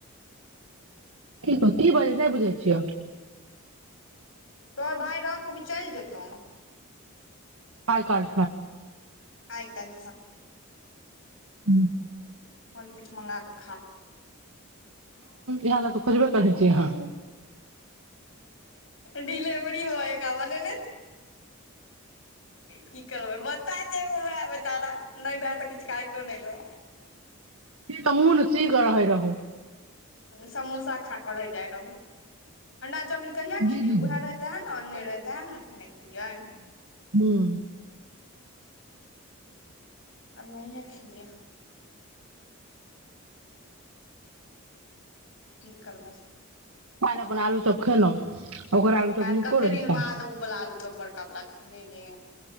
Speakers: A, on the right; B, on the left.
A: की बजै नहि बुझै छिय
B: तोहर भाइ रहतो कि चलि जेतहु
A: काल काल
B: आइ काल
A: ह्म <inaudible>
B: कल किछु मगा कऽ खा
A: इह त तऽ खोजबे करै छीयै अहाँ
B: ढीले बड़ी होय काम ने की करबै बच्चा एगो उएह बेचारा नहि ने त किछु खाइतो नहि ने <inaudible>
A: तब ओ नसी कर ह रहो <inaudible>
B: समोसा खा‌ खा क रहय जै रहू अण्डा चामीन कहिया
A: दीदी
B: खेलियौ
A: हँ
B: उएह रहै तेह ने आओर नहि रहैत तेहमे ने खेने छलियै
A: ह्म
B: आब नहिहे खेलिए की करबस
A: काल्हि अपन आलू चप खेलहुँ ओकर आलू चप
B: काल
A: नीको
B: कते
A: रहै
B: दिन
A: काल्हि
B: बाद ओ बला लु चो बड़का बला खिलिए गे